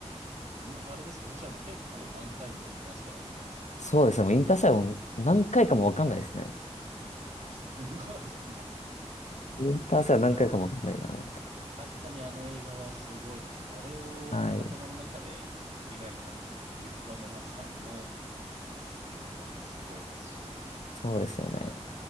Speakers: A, on the right (about 70°); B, on the left (about 85°).
A: もうあれですかそしたらもう結構何回もインターステラー見てますか
B: そうですね、もうインターサイはもう何回かもわかんないですね。
A: あすごいですね。
B: インターサイは何回かもわかんないな。
A: でも、確かにあの映画はすごいですね。あれを頭の中で描いたクリストファー・
B: はい。
A: ノーランさんも、もうすごいですし、
B: そうですよね。